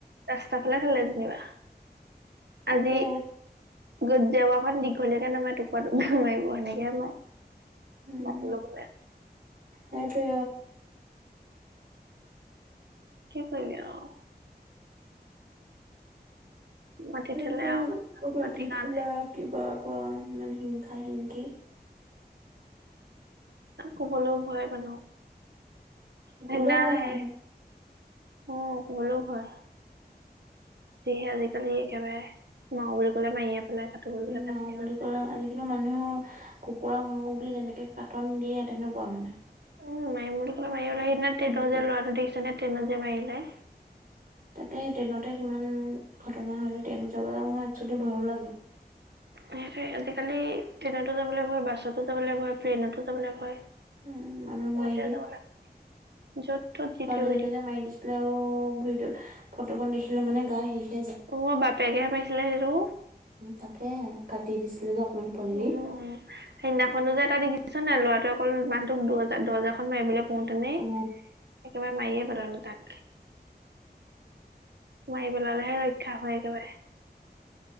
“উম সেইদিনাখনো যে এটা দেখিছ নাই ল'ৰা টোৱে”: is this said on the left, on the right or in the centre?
Right